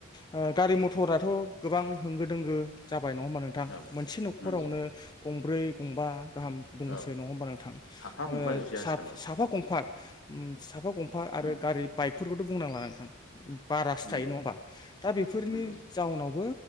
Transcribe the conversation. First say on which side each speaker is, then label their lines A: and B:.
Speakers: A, on the left; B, on the left.
A: ओ गारि मथराथ' गोबां होंगो दोंगो जाब बाय नङा होमबा नोंथां
B: औ
A: मोनसे न'खरावनो
B: नंगौ
A: गंब्रै गंबा गाहाम दंसै
B: औ
A: नङा होमबा नोंथां
B: साफा
A: ओ
B: गंफाजोबसै
A: साफ
B: आथिखालाव
A: साफा गंफाग उम साफा गं आरो
B: उम
A: गारि बाइकफोरखौथ' बुंनांला नोंथां उम बारासो
B: नंगौ
A: थायो नङा होमबा दा बेफोरनि
B: नंगौ
A: जाउनावबो